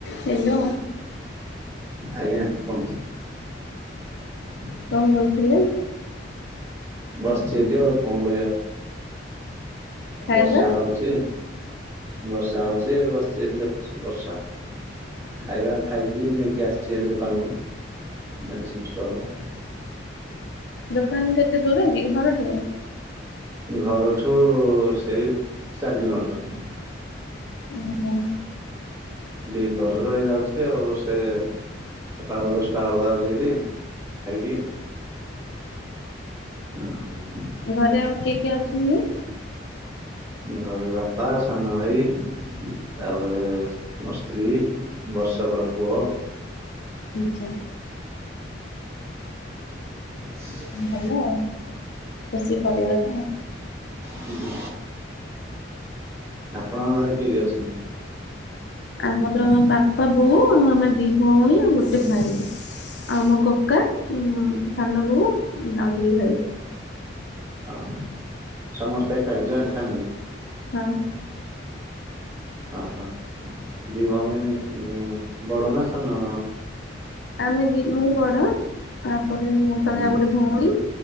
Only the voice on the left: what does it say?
Hello.
କଣ କରୁଥିଲେ?
ଖାଇବା
ଦୋକାନ କେତେ ଦୂର କି ଘରଠୁ?
ଓ ହୋ।
ଘରେ ଆଉ କିଏ କିଏ ଅଛନ୍ତି?
ଉଁ ହୁଁ।
ଭଲ ଆଉ ଖୁସି କରିବ ତ।
ଆମର ବାପା ବୋଉ ଆମେ ଦି ଭଉଣୀ ଆଉ ଗୋଟେ ଭାଇ। ଆଉ ମୋ କକା ଉ ସାନ ବୋଉ ଆଉ ଦି ଭାଇ।
ହଁ।
ଆମେ ଦି ମୁଁ ବଡ ତାପରେ ମୁଁ ତଳେ
ଆଉ ଗୋଟେ ଭଉଣୀ।